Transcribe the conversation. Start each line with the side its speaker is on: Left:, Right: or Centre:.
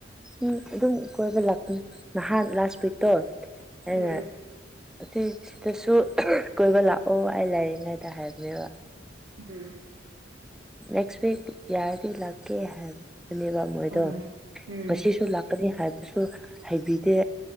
Centre: ꯎꯝ ꯑꯗꯨꯝ ꯀꯣꯏꯕ ꯂꯥꯛꯄꯅꯤ ꯅꯍꯥꯟ ꯂꯥꯁ ꯋꯤꯛꯇꯣ
Right: ꯎꯝ
Centre: ꯑꯩꯅ ꯑꯁꯤ ꯁꯤꯗꯁꯨ ꯀꯣꯏꯕ ꯂꯥꯛꯑꯣ ꯑꯩ ꯂꯥꯏꯔꯤꯛꯉꯩꯗ ꯍꯥꯏꯕꯅꯦꯕ
Right: ꯎꯝ
Centre: ꯅꯦꯛꯁ ꯋꯤꯛ ꯌꯥꯔꯗꯤ ꯂꯥꯛꯀꯦ ꯍꯥꯏꯕꯅꯦꯕ ꯃꯣꯏꯗꯣ
Right: ꯎꯝ ꯎꯝ
Centre: ꯉꯁꯨ ꯀꯅꯤ ꯍꯥꯏꯕꯁꯨ ꯍꯩꯕꯤꯗꯦ